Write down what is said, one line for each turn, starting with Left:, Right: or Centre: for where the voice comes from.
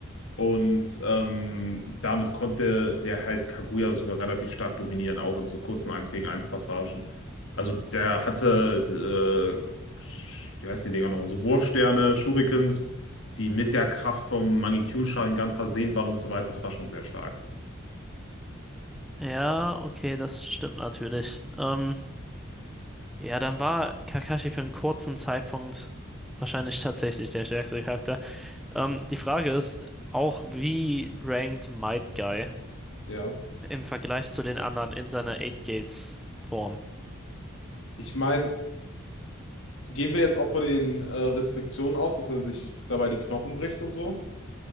Left: Und ähm, damit konnte der halt Kaguya sogar relativ stark dominieren, auch in so kurzen eins gegen eins Passagen. Also der hatte, äh, wie heißen die Dinger nochmal, so Wurfsterne, Shurikens, die mit der Kraft vom Mangekyou-Sharingan versehen waren und so weiter. Das war schon sehr stark.
Centre: Ja, okay, das stimmt natürlich. Ähm, ja, dann war Kakashi für einen kurzen Zeitpunkt wahrscheinlich tatsächlich der stärkste Charakter. Ähm, die Frage ist auch, wie rankt Might Guy
Left: Ja.
Centre: im Vergleich zu den anderen in seiner Eight Gates Form?
Left: Ich meine, gehen wir jetzt auch von den äh, Restriktionen aus, dass er sich dabei die Knochen bricht und so?